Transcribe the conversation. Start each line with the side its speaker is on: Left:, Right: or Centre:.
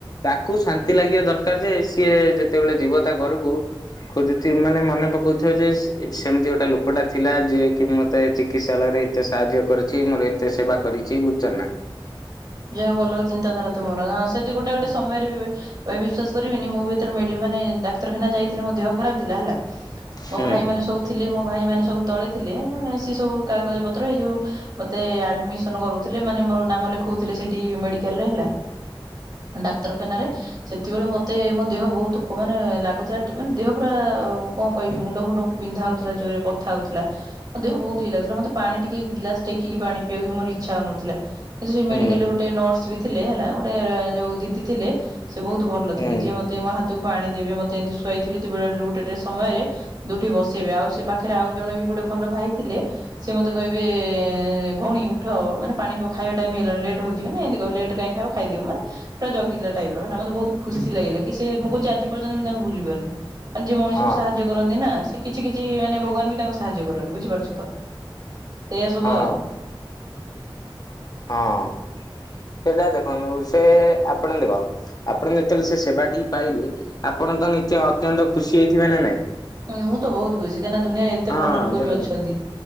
Left: ତାକୁ ଶାନ୍ତି ଲାଗିବା ଦରକାର ଯେ ସିଏ ଯେତେବେଳେ ଯିବ ତା ଘରକୁ। ଖୋଜୁଥୀ ମାନେ ମନେ ପକଉଥିବ ଯେ ସେମିତି ଗୋଟେ ଲୋକଟା ଥିଲା ଯିଏ କି ମତେ ଚିକିତ୍ସାଳୟରେ। ଏତେ ସାହାଯ୍ୟ କରିଛି ମୋର ଏତେ ସେବା କରିଛି। ବୁଝୁଛ ନା?
Right: ଯାହାହଉ ଭଲ ଚିନ୍ତାଧାରା ତୁମର ସେଠି ଗୋଟେ ଗୋଟେ ସମୟରେ ବି। ଭାଇ ବିଶ୍ୱାସ କରିବେନି ମୁଁ ବି ଯେତେବେଳେ ମେଡି ମାନେ ଡକ୍ତରଖାନା ଯାଇଥିଲି ଦେହ। ଖରାପ ଥିଲା ହେଲା
Left: ହୁଁ
Right: ମୋ ଭାଇ ମାନ ସବୁ। ଥିଲେ ମୋ ଭାଇମାନେ ସବୁ ତଳେ ଥିଲେ ମାନେ ସେ ସବୁ କାଗଜପତ୍ର ଏ ଯେଉଁ। ମତେ ଆଡମିସନ କରୁଥିଲେ ମାନେ ମୋର ନାମ। କହୁଥିଲେ ସେଠି ମେଡିକାଲରେ ହେଲା ଡାକ୍ତରଖାନରେ। ସେତିକିବେଳେ ମତେ ମୋ ଦେହ ବହୁତ ଖ ମାନେ ଲାଗୁଥିଲା ମାନେ ଦେହ ପୁରା କଣ କହିବି ମୁଣ୍ଡ ଫୁଣ୍ଡ। ବିନ୍ଧା ହଉଥିଲା ଜୋରରେ ବଥା ହଉଥିଲା। ମୋ ଦେହ ବହୁତ ଇଏ ଲାଗୁଥିଲା ମତେ ପାଣି ଟିକେ ଗିଲାସ୍ ଟେକିକି ପାଣି ପିଇବାକୁ ବି ମୋର ଇଚ୍ଛା ହଉନଥିଲା। କିନ୍ତୁ ସେ ମେଡିକାଲ
Left: ହୁଁ
Right: ରେ ଗୋଟେ ନର୍ସ ବି ଥିଲେ ହେଲା ଗୋଟେ ଯୋଉ ଦିଦି ଥିଲେ ସେ ବହୁତ ଭଲ
Left: ହୁଁ
Right: ଥିଲେ ଯିଏ ମତେ। ମତେ ମୋ ହାତକୁ ପାଣି ଦେବେ ମତେ ଏମିତି ଶୁଆଇଥିବେ <unintelligible> ବେଳେରେ ଗୋଟେଗୋଟେ ସମୟରେ। ଦୁଠି ବସିବେ ଆଉ ସେ ପାଖରେ ଆଉ ଜଣେ ବି ଗୋଟେ ଭଲ ଭାଇ ଥିଲେ। ସେ ମତେ କହିବେ ଭଉଣୀ ଉଠ ମାନେ ପାଣି ପକା ଖାଇବା ଟାଇମ୍ ହେଇଗଲାଣି ଲେଟ୍ ହଉଚି ଏମିତି କହିବ ଲେଟ୍ ରେ କାଇଁ ଖାଇବ ଖାଇଦିଅ ମାନେ। ପୁରା ଜଙ୍ଗିଲା ଟାଇପ ରଇଟା ମତେ ବହୁତ ଖୁସି ଲାଗିଲା କି ସେ ମୁଁ କହୁଛି ଆଜି ପର୍ଯ୍ୟନ୍ତ ତାଙ୍କୁ ଭୁଲି ପାରୁନି। ମାନେ ଯିଏ ମଣିଷକୁ
Left: ହଁ
Right: ସାହାଯ୍ୟ କରନ୍ତି ନା ସେ କିଛି କିଛି ମାନେ ଭଗବାନ ବି ତାଙ୍କୁ ସାହାଯ୍ୟ କରନ୍ତି ବୁଝିପାରୁଛ ତ। ଏଇଆ ସବୁ
Left: ହଁ
Right: ଆଉ।
Left: ହଁ ସେଟା ଦେଖନ୍ତୁ ସେ ଆପଣନ୍ତି କଣ ଆପଣ ଯେତେବେଳେ ସେ ସେବାଟି ପାଇଲେ ଆପଣ ତ ନି ଅତ୍ୟନ୍ତ ଖୁସି ହେଇଥିବେ ନା ନାଇଁ।
Right: ହୁଁ ମୁଁ ତ ବହୁତ ଖୁସି କାହିଁକି ନା ଦୁିଆରେ ଏତେ
Left: ହଁ
Right: ଭଲ ଲୋକ
Left: ଦେଖନ୍ତୁ
Right: ବି ଅଛନ୍ତି।